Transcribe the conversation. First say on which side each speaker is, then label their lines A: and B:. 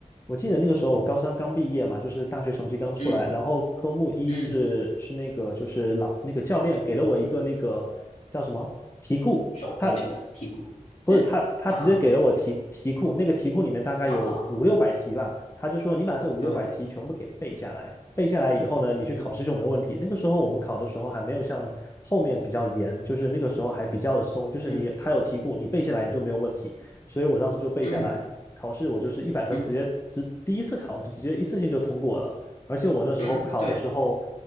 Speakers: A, on the left; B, on the left.
A: 我记得那个时候我高三刚毕业嘛，就是大学成绩刚出来，
B: 嗯
A: 然后科目一是是那个就是老那个教练给了我一个那个叫什么题库，
B: 嗯，手呃那个题库，
A: 他不是他，
B: 呃啊
A: 他直接给了我题题库，那个题库里面大概有五六百题吧，
B: 啊，
A: 他就说你把这五六百题全部给背下来，
B: 对，
A: 背下来以后呢，你去考试就没问题。
B: 嗯
A: 那个时候我们考的时候还没有像后面比较严，就是那个时候还比较的松，就是你他有题库，
B: 嗯
A: 你背下来你就没有问题。所以我当时就背下来，
B: 嗯
A: 考试我就是一百分，
B: 嗯
A: 直接直第一次考就直接一次性就通过了。而且我那时候考的时候
B: 嗯，对